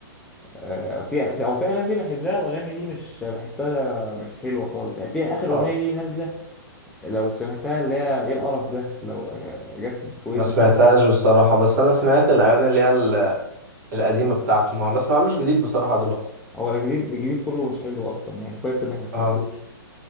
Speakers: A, in the centre; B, on the right.
A: آه، في في او في اغاني ليه بحبها واغاني ليه مش بحسها مش حلوه خالص يعني في اخر
B: اه
A: اغنيه ليه نازله لو سمعتها اللي هي ايه القرف ده لو آه، جت في في ودنك
B: ما سمعتهاش
A: قبل كده
B: بصراحة بس انا سمعت الاغاني اللي هي ال- القديمة بتاعته ما بسمعلوش جديد بصراحة دلوقتي
A: هو الجديد الجديد كله مش حلو اصلا يعني كويس انك ما سمعتوش
B: اه